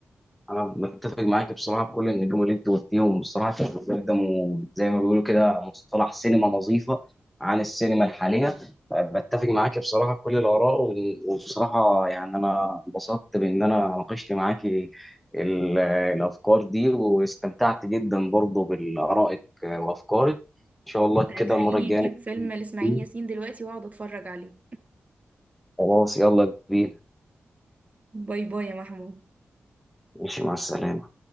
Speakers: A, in the centre; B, on the right.
A: انا متفق معاك بصراحه بكل النجوم اللي انت قلتيهم بصراحه كانوا بيقدموا زي ما بيقولوا كده مصطلح سينما نظيفه عن السينما الحاليه أه، بتفق معاك بصراحه في كل الاراء وإن- وبصراحه يعني انا انبسطت بان انا ناقشت معاك ال- الافكار دي واستمتعت جدا برضه بارائك وافكارك ان شاء الله
B: انت
A: كده
B: هتخليني
A: المره الجايه
B: اجيب فيلم
A: نتكلم.
B: لإسماعيل ياسين دلوقتي واقعد اتفرج عليه
A: خلاص يلا بينا
B: باي باي يا محمود
A: ماشي مع السلامه